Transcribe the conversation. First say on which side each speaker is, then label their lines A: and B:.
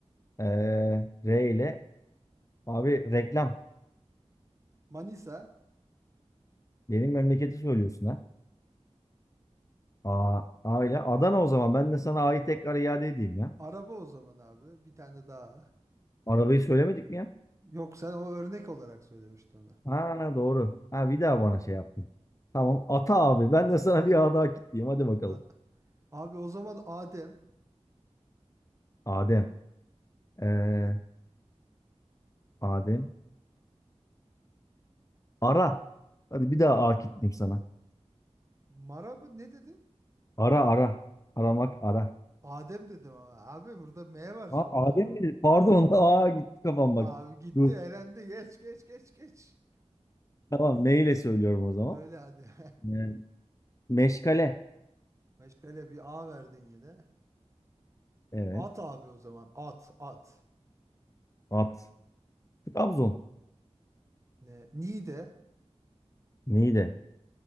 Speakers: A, on the left; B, on the right.
A: Ee, R ile. Abi reklam.
B: Manisa.
A: Benim memleketi söylüyorsun ha. A, A ile. Adana o zaman. Ben de sana A'yı tekrar iade edeyim ya.
B: Araba o zaman abi. Bir tane daha.
A: Arabayı söylemedik mi ya?
B: Yok sen o örnek olarak söylemiştin onu.
A: Ha doğru. Ha bir daha bana şey yaptın. Tamam. Ata abi. Ben de sana bir A daha kitleyeyim. Hadi bakalım.
B: A- Abi o zaman Adem.
A: Adem. Ee, Adem. Ara. Hadi bir daha A kitleyeyim sana.
B: Mara mı? Ne dedin?
A: Ara ara. Aramak ara.
B: Adem dedim ama abi burada M var sonunda.
A: Ha, Adem mi? dedi? Pardon. <laughs> Aa gitti kafam bak.
B: Abi gitti
A: Dur.
B: elendi geç geç geç geç.
A: Tamam.
B: İl-
A: Ne ile söylüyorum o zaman?
B: Söyle hadi.
A: Ee, meşgale.
B: <laughs> Meşgale bir A verdin yine.
A: Evet.
B: At abi o zaman at at.
A: At. Trabzon.
B: Ne? Niğde
A: Niğde.